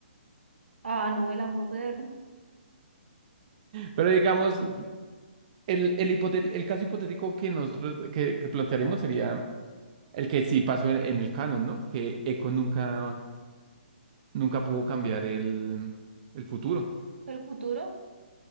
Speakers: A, on the right (about 80°); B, on the right (about 40°).
A: ah, no, el amor de-
B: Pero digamos, el, el, hipote- el caso hipotético que nosotros que, que plantearemos sería el que sí pasó en, en el canon, ¿no? Que Echo nunca, nunca pudo cambiar el, el futuro.
A: del futuro,